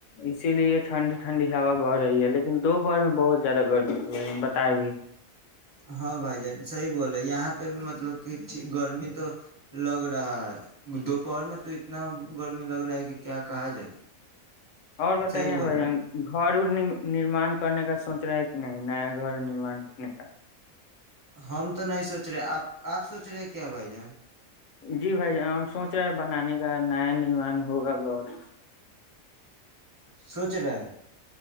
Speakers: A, on the left; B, on the right.
A: اسی لیے ٹھنڈی ٹھنڈی ہوا بہ رہی ہے لن دوپہر میں بہت زیاد گرمیی ہوا ہے بتتاب بھی
B: ہاں بھائی جان صحی بولے یہاں پہ بھی مطلب کہٹھیک گرمی تو لگ رہا ہے دوپہر میں تو اتنا گرمی لگ رہا ہے کہ کیا کہا جائے
A: اور بتائیے
B: صحیح بول
A: بھائیین
B: رہے
A: گھر اورنی نرمان کرنے کا سوچ رہا ہے کہ نہیں نیا گھر نرمان کرنے کا
B: ہم تو نہیں سوچ رہے آپ آپ سوچ رہے کیا بھائی جان
A: جی بھائی ہم سوچ رہے ہیں بنانے کا نیا نیمن ہوگ گ اورور <unintelligible>
B: سوچ رہا ہے